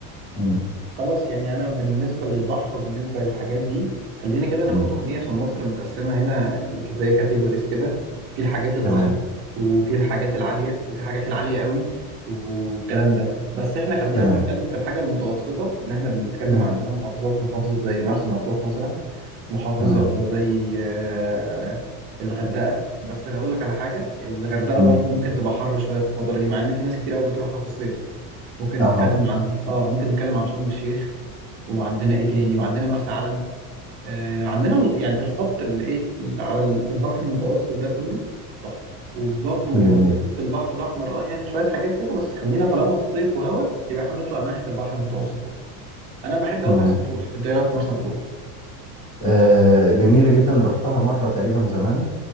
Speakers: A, on the left (about 15°); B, on the right (about 25°).
A: مم.
B: خلاص يعني انا بالنسبه للبحر وبالنسبه للحاجات دي خلينا كده ناخدهم
A: مم.
B: ايه عشان مصر متقسمه هنا يعني ك- زي كاتيجوريز كده في الحاجات البسيطه
A: تمام
B: وفي الحاجات العاليه وفي حاجات العاليه قوي والكلام ده بس احنا خلينا
A: تمام
B: بنتكلم في الحاجه المتوسطه ان احنا بنتكلم
A: مم.
B: عندنا محافظات محافظه زي مرسى مطروح مثلا محافظه
A: تمام
B: زي آه، الغردقه بس اللي هقول لك على حاجه الغردقه
A: مم.
B: برضو ممكن تبقى حر شويه في الفتره دي مع ان في ناس كتير قوي بتروحها في الصيف ممكن
A: أها
B: نتكلم عن اه ممكن نتكلم عن شرم الشيخ وعندنا ايه تاني وعندنا مرسى علم آه عندنا ال- يعني الخط اللي ايه اللي على ال- البحر المتوسط ده كله تحفه وبرضه
A: جميل
B: في البحر الاحمر اه يعني شويه حاجات كده بس خلينا طالما في صيف وهوا يبقى احنا نطلع ناحيه البحر المتوسط كله انا بحب
A: تمام
B: قوي مرسى مطروح انت ايه رايك في مرسى مطروح
A: آه جميلة جدا رحتها مرة تقريبا زمان